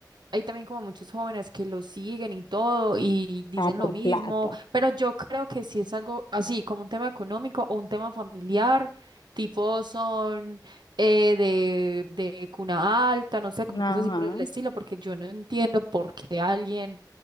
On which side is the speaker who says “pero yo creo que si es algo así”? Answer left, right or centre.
Right